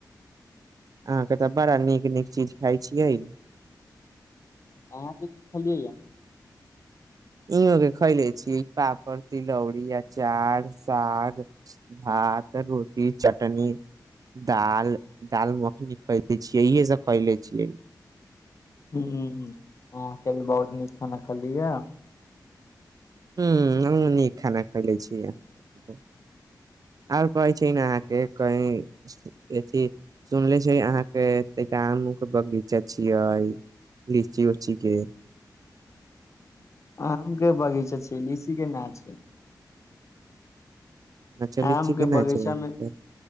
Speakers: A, on the right; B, on the left.
A: अहाँ के तऽ बड़ा नीक नीक चीज खााय छिय
B: अहाँ जे कि छलेलियै य
A: इों के खैले छी पापड़ तिलौरी अचार सा भात रोटी चटन दाल दाल मखनी खैले छियै इहे सब खैले छ
B: हूं आहा के बहुत नीक खाना खलिय
A: ह हम नीक खाना खैले छी आओर कहै छै ने अहाँके कह अथ सुनले छै अहाँके तै के बगीचा छिय लीची उची क
B: आम के बगीचा छै लीसी के न छ
A: अच्छा
B: आम
A: लीची
B: के
A: न
B: बगीचा
A: छै अहाँके
B: मे